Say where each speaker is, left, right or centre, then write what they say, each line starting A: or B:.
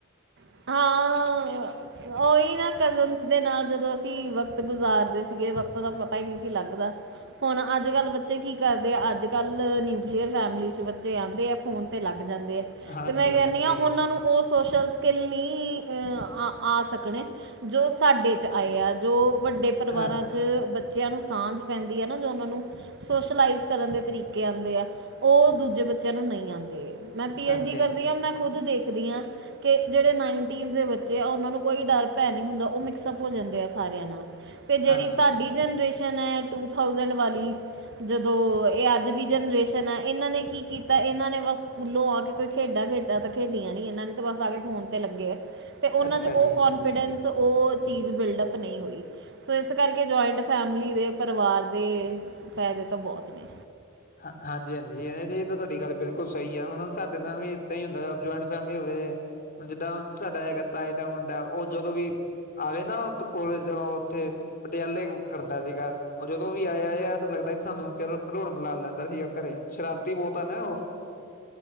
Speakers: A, on the right (about 60°); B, on the left (about 45°).
A: ਹਾਂ। ਉਹੀ ਨਾ ਕਜ਼ਨ ਦੇ ਨਾਲ ਜਦੋਂ, ਅਸੀਂ ਵਕਤ ਗੁਜ਼ਾਰਦੇ ਸੀਗੇ, ਵਕਤ ਦਾ ਪਤਾ ਹੀ ਨਹੀਂ ਸੀ ਲੱਗਦਾ। ਹੁਣ, ਅੱਜ ਕੱਲ੍ਹ, ਬੱਚੇ ਕੀ ਕਰਦੇ ਆ। ਅੱਜ ਕੱਲ੍ਹ, ਨਿਊਕਲੀਅਰ ਫੈਮਲੀ ਚ ਬੱਚੇ ਆਉਂਦੇ ਆ। ਫੋਨ ਤੇ ਲੱਗ ਜਾਂਦੇ ਆ
B: ਹਾਂਜੀ
A: ਤੇ, ਮੈਂ ਕਹਿੰਦੀ
B: ਹਾਂਜੀ
A: ਹਾਂ ਉਹਨਾਂ ਨੂੰ ਉਹ ਸੋਸ਼ਲ ਸਕਿੱਲ ਨਹੀਂ ਆ ਆ ਸਕਣੇ, ਜੋ ਸਾਡੇ 'ਵਿਚ ਆਏ ਆ। ਜੋ ਵੱਡੇ ਪਰਿਵਾਰਾਂ,
B: ਹਾਂ
A: ਵਿਚ ਬੱਚਿਆਂ ਨੂੰ ਸਾਂਝ ਪੈਂਦੀ ਹੈ ਨਾ ਜੋ, ਉਹਨਾਂ ਨੂੰ ਸੋਸ਼ਲਾਈਜ਼ ਕਰਨ ਦੇ ਤਰੀਕੇ ਆਉਂਦੇ ਆ। ਉਹ ਦੂਜੇ ਬੱਚਿਆਂ ਨੂੰ ਨਹੀਂ ਆਉਂਦੇ ਆ। ਮੈਂ ਪੀ
B: ਹਾਂਜੀ
A: ਐਚ ਡੀ ਕਰਦੀ
B: ਹਾਂਜੀ ਹਾਂਜੀ
A: ਹਾਂ। ਮੈਂ ਖੁਦ ਦੇਖਦੀ ਹਾਂ। ਕਿ ਜਿਹੜੇ ਨਾਈਨਟੀਜ਼ ਦੇ ਬੱਚੇ ਆ ਉਹਨਾਂ ਨੂੰ ਕੋਈ ਡਰ ਭੈ ਨਹੀਂ ਹੁੰਦਾ। ਉਹ ਮਿਕਸਅਪ ਹੋ ਜਾਂਦੇ ਆ ਸਾਰਿਆਂ ਦੇ ਨਾਲ। ਤੇ ਜਿਹੜੀ
B: ਹਾਂਜੀ
A: ਤੁਹਾਡੀ ਜਨਰੇਸ਼ਨ ਹੈ ਟੂ ਥਾਸਡ ਵਾਲੀ ਜਦੋਂ ਇਹ ਅੱਜ ਦੀ ਜਨਰੇਸ਼ਨ ਹੈ ਇਹਨਾਂ ਨੇ ਕੀ ਕੀਤਾ। ਇਹਨਾਂ ਨੇ ਬਸ ਸਕੂਲੋਂ ਆ ਕੇ ਕੋਈ ਖੇਡਾਂ- ਖੇਡਾਂ ਤਾਂ ਖੇਡੀਆਂ ਨੀ। ਇਹਨਾਂ ਨੇ ਤਾਂ ਬਸ ਆ ਕੇ ਫੋਨ ਤੇ ਲੱਗੇ ਆ। ਤੇ ਉਹਨਾਂ
B: ਅੱਛਾ
A: ਚ ਉਹ
B: ਜੀ
A: ਕਨਫੀਡੈਂਸ ਉਹ ਚੀਜ਼ ਬਿਲਡਅਪ ਨਹੀਂ ਹੋਈ। ਸੋ ਇਸ ਕਰਕੇ ਜੁਆਇੰਟ ਫੈਮਿਲੀ ਦੇ ਪਰਿਵਾਰ ਦੇ ਫਾਇਦੇ ਤਾਂ ਬਹੁਤ ਨੇ
B: ਹ ਹਾਂਜੀ -ਹਾਂਜੀ ਇਹ ਤਾਂ ਤੁਹਾਡੀ ਗੱਲ ਬਿਲਕੁਲ ਸਹੀ ਹੈ। ਹੁਣ ਸਾਡੇ ਨਾਲ ਵੀ ਏਦਾਂ ਹੀ ਹੁੰਦਾ ਜਆਇੰਟ ਫੈਮਿਲੀ ਹੋਵੇ। ਹੁਣ ਜਿੱਦਾਂ ਸਾਡਾ ਹੈਗਾ। ਤਾਏ ਦਾ ਮੁੰਡਾ, ਉਹ ਜਦੋਂ ਵੀ ਆਵੇ ਨਾ ਉ ਕੋਲਜ ਤੋ ਉੱਥੇ, ਪਟਿਆਲੇ ਕ ੜਦਾ ਸੀਗਾ। ਉਹ ਜਦੋਂ ਵੀ ਆਇਆ ਲੱਗਦਾ ਸੀ ਸਾਨੂੰ ਕਿ ਰੋਣ ਲਾ ਲੈਂਦਾ ਸੀਗਾ ਘਰੇ, ਸ਼ਰਾਰਤੀ ਬਹੁਤ ਆ ਨਾ ਉਹ।